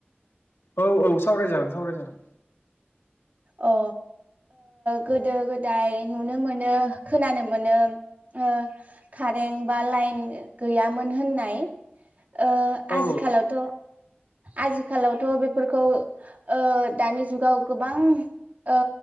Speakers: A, on the left (about 85°); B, on the right (about 45°).
A: औ औ सावराय जागोन सावरायजागोन।
B: अ ओ गोदो गोदाय नुनो मोनो खोनानो मोनो ओ कारेन्ट बा लाइन गैयामोन होननाय ओ
A: औ
B: आजिखालावथ आजिखालावथ बेफोरखौ ओ दानि जुगाव गो बां ओ